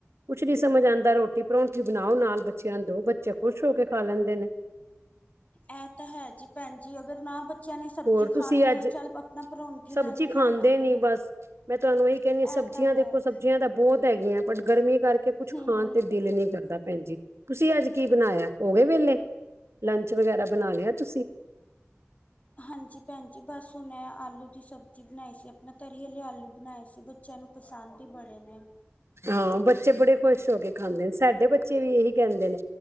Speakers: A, on the right; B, on the left.
A: ਕੁਛ ਨੀ ਸਮਝ ਆਦਾ ਰੋਟੀ ਪਰੋਂਂਠੀ ਬਣਾਓ ਨਾਲ ਬੱਚਿਆਂ ਨੂੰ ਦੋ ਬੱਚੇ ਖੁਸ਼ ਹੋ ਕੇ ਖਾ ਲੈਂਦੇ ਨੇ।
B: ਇਹ ਤਾਂ ਹੈ ਜੀ ਭੈਣ ਜੀ ਅਗਰ ਨਾ ਬੱਚਿਆਂ ਨੇ ਸਬਜ਼ੀ
A: ਹੋਰ ਤੁਸੀਂ
B: ਖਾਣੀ ਹੋਈ
A: ਅੱਜ
B: ਚੱਲ ਆਪਣਾ ਪਰੋਂਠੀ
A: ਸਬਜ਼ੀ
B: ਨਾਲ ਹੀ
A: ਖਾਂਦੇ
B: ਖਾ ਲੈਂਦੇ
A: ਨੀ
B: ਨੇ।
A: ਬਸ ਮੈਂ ਤੁਹਾਨੂੰ ਇਹੀ ਕਹਿੰਦੀ
B: ਇਹ
A: ਸਬਜ਼ੀਆਂ
B: ਤਾਂ ਹੈ।
A: ਦੇਖੋ ਸਬਜ਼ੀਆਂ ਤਾਂ ਬਹੁਤ ਹੈਗੀਆਂ ਪਰ ਗਰਮੀ ਕਰ ਕੇ ਕੁੱਛ
B: ਹੂੰ
A: ਖਾਣ ਤੇ ਦਿਲ ਨੀ ਕਰਦਾ। ਭੈਣ ਜੀ ਤੁਸੀਂ ਅੱਜ ਕੀ ਬਣਾਇਆ ਹੋ ਗੇਏ ਵੇਲੇ ਲੰਚ ਵਗੈਰਾ ਬਣਾ ਲਿਆ ਤੁਸੀਂ।
B: ਹਾਂਜੀ ਭੈਣ ਜੀ ਬਸ ਹੁਣ ਏ ਆਲੂ ਦੀ ਸਬਜ਼ੀ ਬਣਾਈ ਸੀ ਆਪਣਾ ਤਰੀ ਵਾਲੇ ਆਲੂ ਬਣਾਏ ਸੀ ਬ ਚਿਆਂ ਨੂੰ ਪਸੰਦ ਹੀ ਬੜੇ ਨੇ।
A: ਹਾਂ ਬੱਚੇ ਬੜੇ ਖੁਸ਼ ਹੋ ਕੇ ਖਾਂਦੇ ਨੇ ਸਾਡੇ ਬੱਚੇ ਵੀ ਇਹੀ ਕਹਿੰਦੇ ਨੇ